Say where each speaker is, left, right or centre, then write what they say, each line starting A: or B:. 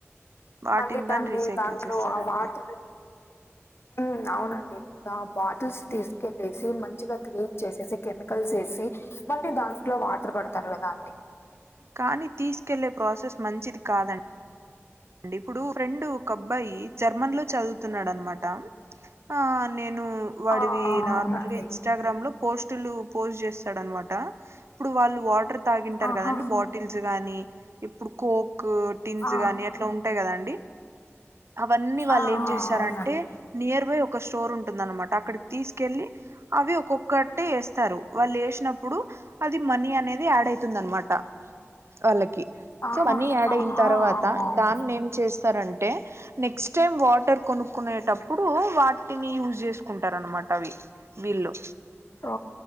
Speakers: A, on the right; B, on the left.
A: వాటిని
B: మళ్ళీ
A: గాని
B: దాండి
A: రీసైకిల్
B: దాంట్లో
A: చేస్తారండి
B: ఆ వాట ఉ అవునండి. ఇప్పుడా బాటిల్స్ తీస్కెళ్ళేసి మంచిగా క్లీన్ చేసేసి కెమికల్స్ ఎసి మళ్ళీ దాంట్లో వాటర్ పడ్తారు కదా అండి
A: కానీ తీస్కెళ్లే ప్రాసెస్ మంచిది కాదండి అండి ఇప్పుడూ ఫ్రెండూ ఒక అబ్బాయి జర్మన్లో చదువుతున్నాడు అన్మాట ఆ నేను వాడివి
B: ఆ
A: నార్మల్గా
B: అవునండి
A: ఇచ్చి ఇన్స్టాగ్రామ్ లో పోస్టులు పోస్ట్ చేస్తాడున్మాట ఇప్పుడు వాళ్ళు వాటర్ తాగింటారు
B: ఆహా
A: కదండి బాటిల్ టిల్స్ గానీ ఇప్పుడు కోకు టిన్స్
B: ఆ
A: గానీ అట్లా ఉంట గదాండి. అవన్నీ వాళ్ళు
B: ఆ
A: ఏం జెశారంటే
B: ఆ అవునండి
A: నియర్ బై ఒక స్టోర్ ఉంటుంది అన్మాట అక్కడికి తీస్కెళ్ళి అవి ఒక్కొక్కటే ఎస్తారు వాళ్ళు ఎష్నప్పుడు అది మనీ అనేది యాడ్ అయితుంది అన్మాట వాళ్ళకి
B: ఆహా
A: సో మని యాడయిన్
B: ఆ
A: తర్వాత
B: ఆ ఆ అవునండి
A: దాన్ని ఏం చేస్తారంటే నెక్స్ట్ టైం వాటర్ కొనుక్కునేటప్పుడూ వా టిని యూజ్ జేస్కుంటారు అన్మాట అవి వీళ్ళు
B: ఓ